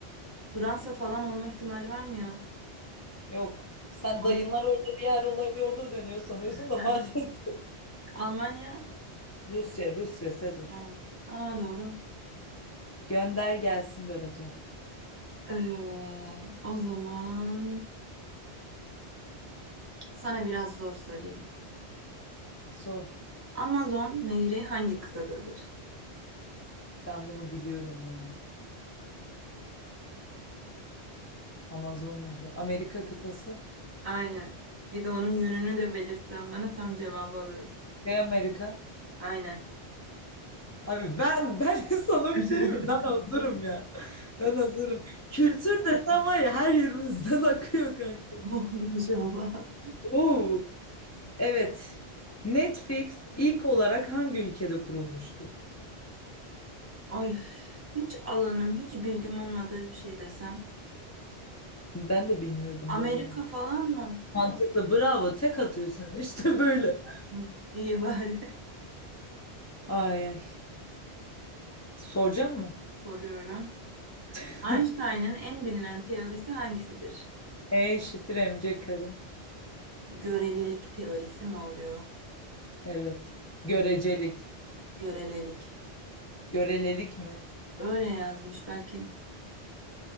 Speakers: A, on the right; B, on the left.
A: Fransa falan olma ihtimali var mı ya?
B: Yok. Sen
A: Al-
B: dayınlar orada, diğer olay orada dönüyor sanıyorsun
A: <laughs>
B: da maalesef. <laughs>
A: Almanya?
B: Rusya, Rusya Sedoş.
A: Ha. Aa, doğru.
B: Gönder gelsin Bebetom.
A: Ee, o zaman sana biraz zor sorayım.
B: Sor.
A: Amazon nehri hangi kıtadadır?
B: Ben bunu biliyorum ya. Amazon nehri. Amerika kıtası.
A: Aynen. Bir de onun yönünü de belirtsen bana tam cevabı alırım.
B: Kuzey Amerika.
A: Aynen.
B: Abi ben ben <laughs> sana
A: <laughs>
B: bir şey diyeyim mi? Ben hazırım ya. Ben hazırım. Kültür desen var ya her yerimizden <laughs> akıyor kanka.
A: Oh maşallah.
B: Oo. Evet. Netflix ilk olarak hangi ülkede kurulmuştur?
A: Ay hiç alanım, hiç bilgim olmadığı bir şey desem.
B: Ben de bilmiyordum
A: Amerika
B: bu arada.
A: falan mı?
B: Mantıklı. Bravo. Tek atıyorsun. <laughs> İşte böyle.
A: Hı, iyi bari.
B: Ay ay. Soracağım mı?
A: <laughs> Soruyorum.
B: <laughs>
A: Einstein'ın en bilinen teorisi hangisidir?
B: E eşittir mc kare.
A: Görelilik teorisi mi oluyor?
B: Evet. Görecelik.
A: Görelilik.
B: Görelelik mi?
A: Öyle yazmış. Belki